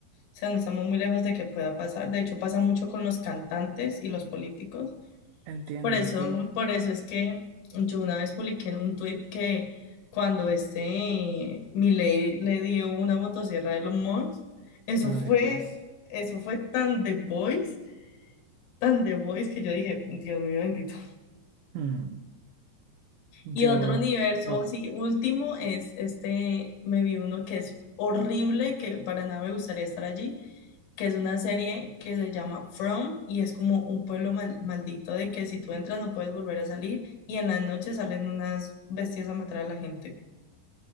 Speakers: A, on the left; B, on the right.
A: O sea, no estamos muy lejos de que pueda pasar. De hecho, pasa mucho con los cantantes y los políticos
B: Entiendo,
A: por eso,
B: sí.
A: por eso es que yo una vez publiqué en un tweet que cuando este Milei le dio una motosierra de los Musk, eso
B: A
A: fue,
B: Dios.
A: eso fue tan The Voice, tan The Voice que yo dije, Dios mío bendito.
B: Hmm. Yo,
A: Y otro universo,
B: oh,
A: sí, último es este, me vi uno que es horrible, que para nada me gustaría estar allí, que es una serie que se llama From y es como un pueblo mal- maldito de que si tú entras no puedes volver a salir y en las noches salen unas bestias a matar a la gente.